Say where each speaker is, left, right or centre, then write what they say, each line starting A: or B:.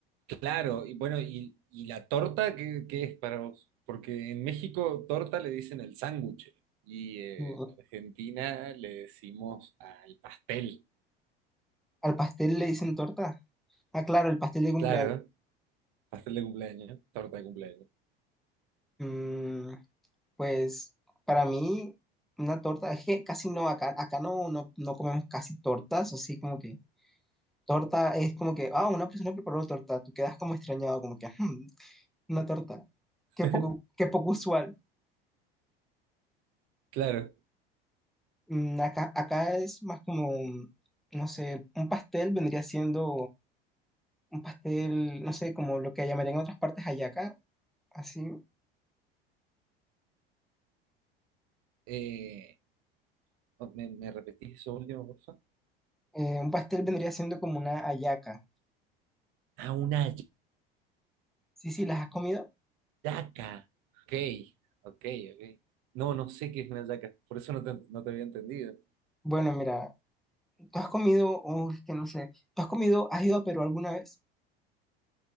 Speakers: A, on the right; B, in the centre.
A: Claro, y bueno, y, y la torta, ¿qué, qué es para vos? Porque en México torta le dicen el sándwich y eh,
B: Ujú.
A: en Argentina le decimos al pastel.
B: Al pastel le dicen torta. Ah, claro, el pastel de cumpleaños.
A: Claro, pastel de cumpleaños, torta de cumpleaños.
B: Mm, pues para mí, una torta, es que casi no, acá, acá no, no, no comemos casi tortas, así como que torta es como que, ah, una persona preparó torta, tú quedas como extrañado, como que, "Hmm, una torta. Qué
A: <laughs>
B: poco, qué poco usual.
A: Claro.
B: Mm, Acá, acá es más como, no sé, un pastel vendría siendo un pastel, no sé, como lo que llamarían en otras partes hallaca, así.
A: Eh, oh, ¿me, me repetís eso último, por favor?
B: Eh, un pastel vendría siendo como una hallaca.
A: Ah, una
B: Sí, sí, ¿las has comido?
A: yaca. Ok, ok, ok. No, no sé qué es una yaca, por eso no te, no te había entendido.
B: Bueno, mira, tú has comido, uff, que no sé, tú has comido, has ido a Perú alguna vez,